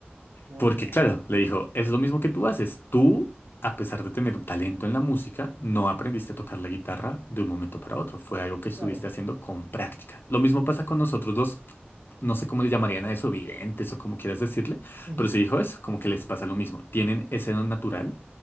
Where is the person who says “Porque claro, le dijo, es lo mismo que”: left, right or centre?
Left